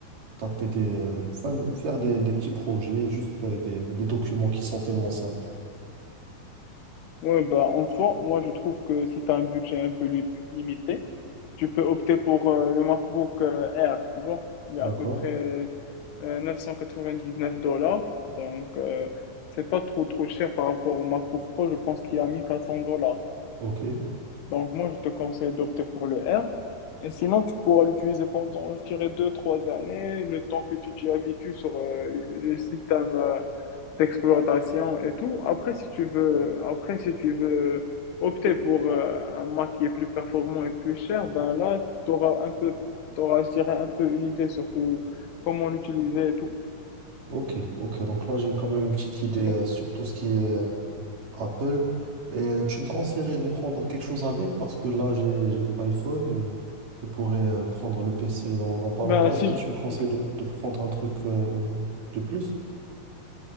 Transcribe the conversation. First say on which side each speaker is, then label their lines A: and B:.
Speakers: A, on the right; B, on the left.
A: taper des, euh, enfin, faire des, des petits projets, juste euh, des, des documents qui sont tellement simples.
B: Ouais, bah, en soi, moi, je trouve que si tu as un budget un peu li- limité, tu peux opter pour euh, le MacBook euh, Air, tu vois. Il est à
A: D'accord?
B: peu près euh, 999 dollars. Donc, euh, c'est pas trop, trop cher par rapport au MacBook Pro. Je pense qu'il est à 1400 dollars.
A: Ok,
B: Donc, moi, je te conseille d'opter pour le R, Et sinon, tu pourras l'utiliser pendant, je dirais, deux, trois années, le temps que tu t'y habitues sur euh, le le système d'exploitation et tout. Après, si tu veux, après, si tu veux opter pour euh, un Mac qui est plus performant et plus cher, ben là, tu auras un peu, t'auras, je dirais, un peu une idée surtout comment l'utiliser et tout,
A: ok, ok. Donc là, j'ai quand même une petite idée
B: tu vois.
A: euh, sur tout ce qui est euh, Apple. Et euh, tu me conseillerais de prendre quelque chose avec parce que là, j'ai, j'ai iPhone et je pourrais euh, prendre le PC dans, dans pas
B: Ben,
A: longtemps.
B: si
A: Est-ce que tu me conseilles
B: je-
A: de, de prendre un truc euh, de plus?